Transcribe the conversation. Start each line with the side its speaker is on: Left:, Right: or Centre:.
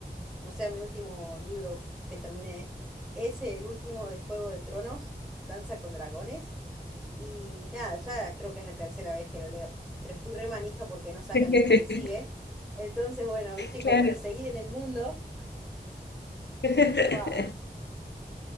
Centre: O sea, mi último libro que terminé es el último de Juego de Tronos, Danza con Dragones. Y nada, ya creo que es la tercera vez que lo leo. Pero estoy re manija porque no sacan
Left: <laughs>
Centre: el que le sigue. Entonces, bueno, viste,
Left: Claro.
Centre: como para seguir en el mundo,
Left: <laughs>
Centre: pa,